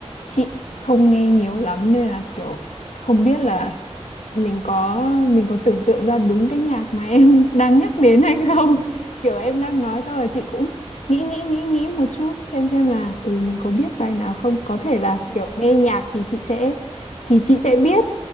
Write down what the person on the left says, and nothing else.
chị không nghe nhiều lắm nên là kiểu không biết là mình có mình có tưởng tượng ra đúng cái nhạc mà em <laughs> đang nhắc đến hay
không kiểu em đang nói xong rồi chị cũng nghĩ nghĩ nghĩ nghĩ một chút xem xem là ừ mình có biết bài nào không có thể là
kiểu
nghe nhạc thì chị sẽ thì chị sẽ biết